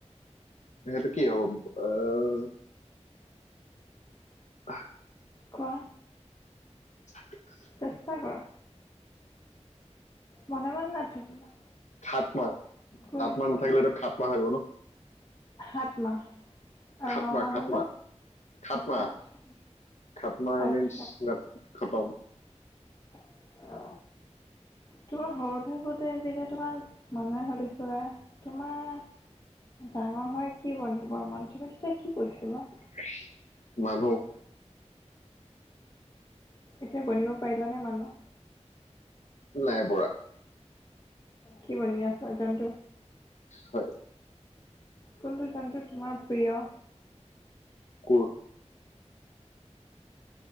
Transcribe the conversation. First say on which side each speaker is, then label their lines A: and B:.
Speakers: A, on the left; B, on the left.
A: সেইটো কি হব আহ আহহ
B: কোৱা
A: <inaudible>
B: চেষ্টা কৰা মনে মনে নাথাকিবা
A: খাট মাহ
B: কৰি
A: আাত মাহ
B: যোৱা
A: নাথাকিলেটো খাত মাহ হৈ গ ন
B: সাত মাহ আৰু
A: খাতমা-খাতমা
B: ন মাহ হ'লে
A: খাতমা
B: আচ্ছা
A: খাতমা
B: আচ্ছা
A: মিঞ্চ খতম।
B: অ, তোমাৰ সৰু থাকোঁতে যেতিয়া তোমাক, মানুহে সুধিছিলে তোমাৰ ডাঙৰ হৈ কি বনিব মন, তুমি তেতিয়া কি কৈছিলা?
A: <unintelligible> মানুহ।
B: এতিয়া বনিব পাৰিলানে মানুহ?
A: নাই পৰা।
B: কি বনি আছা, জন্তু।
A: হয়
B: কোনটো জন্তু তোমাৰ প্ৰিয়।
A: কত।